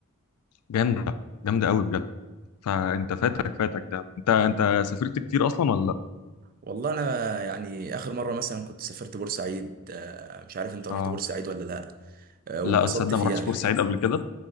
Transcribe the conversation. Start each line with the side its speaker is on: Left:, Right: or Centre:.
Left: جامده جامده قوي بجد فانت فاتك فاتك ده انت انت سافرت كتير اصلا ولا لا؟
Right: والله انا يعني اخر مره مثلا كنت سافرت بورسعيد آه، مش عارف انت رحت
Left: اه
Right: بورسعيد ولا لا آه، واتبسطت
Left: لا تصدق
Right: فيها
Left: ما رحتش
Right: الحقيقه
Left: بورسعيد قبل كده